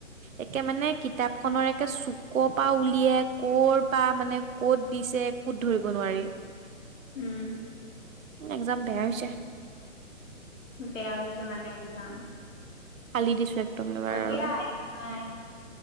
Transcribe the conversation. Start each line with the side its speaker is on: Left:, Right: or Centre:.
Right: একে মানে কিতাপ খনৰ চুকৰ পৰা উলিয়ে কৰ পা মানে ক'ত দিছে কত ধৰিব নোৱাৰি।
Left: উম।
Right: একজাম বেয়া হৈছে।
Left: বেয়া হৈছে মানে একজাম।
Right: ফালি দিছো একদম এবাৰ
Left: দিয়া
Right: আৰু
Left: একো নাই।